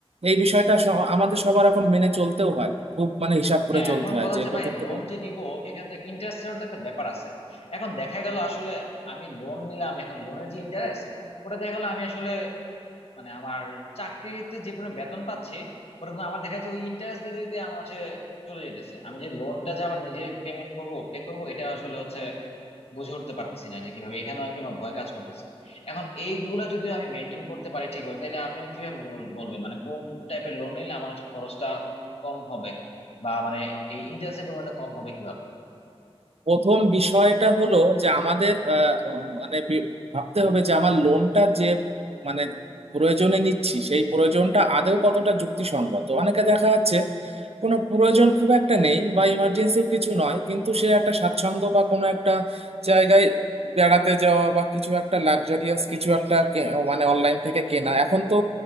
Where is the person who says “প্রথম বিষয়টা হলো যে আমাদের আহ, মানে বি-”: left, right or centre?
Right